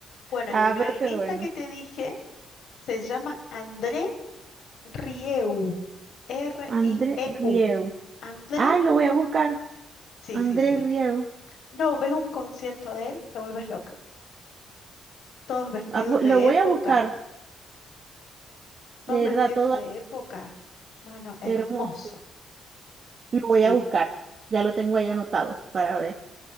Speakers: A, on the left; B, on the right.
A: Bueno,
B: Ah,
A: y el violinista
B: pero qué bueno.
A: que te dije se llama André Rieu, R-I-E-U.
B: André Rieu.
A: André,
B: Ay, lo voy a buscar.
A: sí,
B: Andrés
A: sí, sí.
B: Riego.
A: No, ves un concierto de él y te vuelves loca. Todos vestidos
B: Ah, bu-
A: de
B: Lo voy
A: época.
B: a buscar.
A: Todos
B: De
A: vestidos
B: verdad, todo
A: de época. No, no, hermoso.
B: hermoso. Lo
A: Sí,
B: voy a buscar. Ya lo tengo ahí anotado para ver.